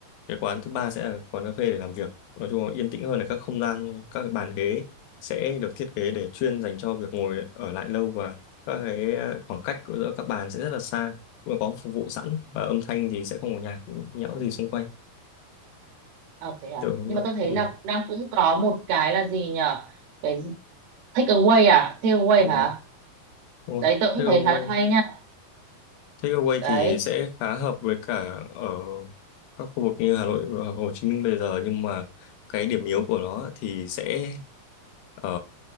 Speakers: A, on the left; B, on the right.
A: cái quán thứ ba sẽ là quán cà phê để làm việc nói chung là yên tĩnh hơn là các không gian các cái bàn ghế sẽ được thiết kế để chuyên dành cho việc ngồi ở lại lâu và các cái ờ, khoảng cách giữa các bàn sẽ rất là xa cũng có phục vụ sẵn và âm thanh thì sẽ không có nhạc nhẽo gì xung quanh
B: Ờ, thế à?
A: kiểu
B: Nhưng mà tôi thấy
A: ừ,
B: là đang cũng có một cái là gì nhở? Cái gì- take away à? Take away
A: ừ,
B: hả?
A: đúng rồi.
B: Đấy tôi
A: Thế
B: cũng
A: rồi
B: thấy khá là hay nha.
A: Takeaway
B: Đấy.
A: thì sẽ khá hợp với cả ở các khu vực như Hà Nội hoặc Hồ Chí Minh bây giờ nhưng mà cái điểm yếu của nó thì sẽ ở